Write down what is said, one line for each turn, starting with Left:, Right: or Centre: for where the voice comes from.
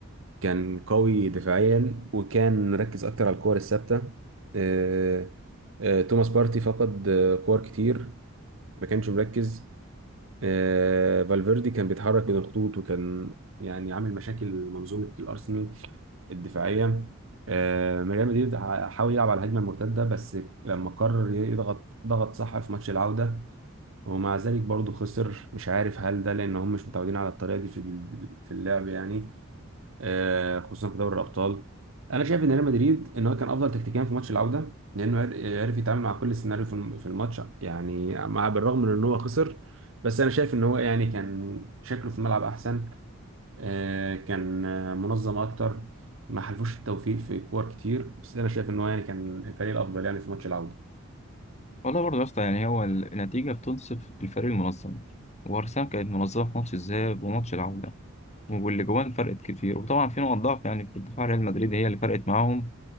Right: كان قوي دفاعيا وكان مركز اكتر على الكور الثابته آه، آه، توماس بارتي فقد آه، كور كتير ما كانش مركز آه، فالفيردي كان بيتحرك بين الخطوط وكان يعني عامل مشاكل منظومه الارسنال الدفاعيه آه، ريال مدريد ح- حاول يلعب على الهجمه المرتده بس لما قرر يضغط ضغط صح في ماتش العوده ومع ذلك برضه خسر مش عارف هل ده لان هم مش متعودين على الطريقه دي في ال- في اللعب يعني آه، خصوصا في دوري الابطال انا شايف ان ريال مدريد ان هو كان افضل تكتيكيا في ماتش العوده لانه عر- عرف يتعامل مع كل سيناريو في الم- في الماتش يعني مع بالرغم من ان هو خسر بس انا شايف ان هو يعني كان شكله في الملعب احسن آه، كان آه، منظم اكتر ما حلفوش التوفيق في كور كتير بس انا شايف ان هو يعني كان الفريق الافضل يعني في ماتش العوده
Left: والله برضه يا اسطى يعني هو النتيجة بتنصف الفريق المنظم وأرسنال كانت منظمة في ماتش الذهاب وماتش العودة واللي جوان فرقت كتير وطبعا في نقط ضعف يعني في دفاع ريال مدريد هي اللي فرقت معاهم